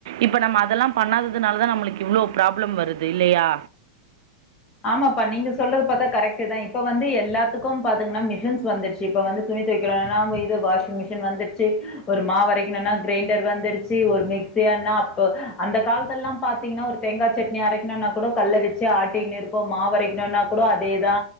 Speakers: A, on the right (about 70°); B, on the left (about 30°).
A: இப்ப நம்ம அதெல்லா பண்ணாததுனால தா நம்முளுக்கு இவ்ளோ ப்ராப்ளம் வருது இல்லையா
B: ஆமாப்பா நீங்க சொல்றது பாத்தா கரெக்ட் தா இப்ப வந்து எல்லாத்துக்கு பாத்தங்னா மிஷின்ஸ் வந்துருச்சி இப்ப வந்து து ணி தொவைக்கலா நாம இது வாஷிங் மிஷின் வந்துடுச்சி ஒரு மாவு அரைக்கனுனா கிரைண்டர் வந்துடுச்சி ஒரு மிக் சி ஆனா அப்போ அந்த காலத்தெல்லா பாத்தீங்னா ஒரு தேங்கா சட்னி அரைக்கனுனா கூட கல்ல வச்சி ஆட்டிகினு இரு போ மா வரைக்குனுனா கூட அதேதா